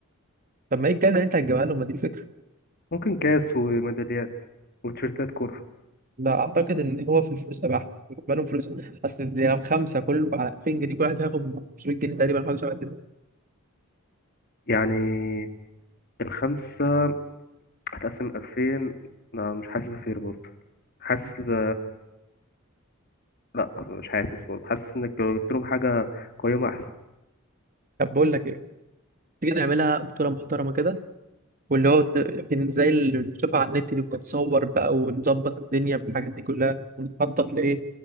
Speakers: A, on the right; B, on the left.
A: طب ما ايه الجايزه اللي انت هتجيبها لهم ما دي الفكره
B: ممكن كاس وميداليات وتيشيرتات كورة
A: لا اعتقد ان هو في الفلوس تبع بالنسبه لهم فلوس اصل دي خمسه كل على 2000 جنيه كل واحد هياخد 500 جنيه تقريبا حاجه شبه كده
B: يعني الخمسة هتقسم 2000 لا مش حاسس فير برضه حاسس ده لا مش حاسس برضه حاسس انك لو جبت لهم حاجه قيمه احسن
A: طب بقول لك ايه تيجي نعملها بطوله محترمه كده واللي هو ت- يعني زي اللي بتشوفها على النت دي بتتصور بقى ونظبط الدنيا بالحاجات دي كلها ونخطط لايه